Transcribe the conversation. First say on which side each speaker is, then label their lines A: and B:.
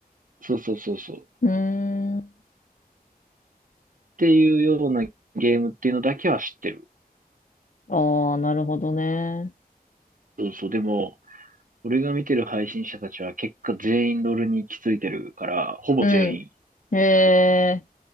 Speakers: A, on the right (about 55°); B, on the left (about 55°).
A: そうそうそうそう。っ
B: うーん。
A: ていうようなゲームっていうのだけは知ってる。
B: ああ、なるほどね。
A: そうそう。でも、俺が見てる配信者たちは結果全員ロールに行き着いてるから、ほぼ全員。
B: うん。へえ、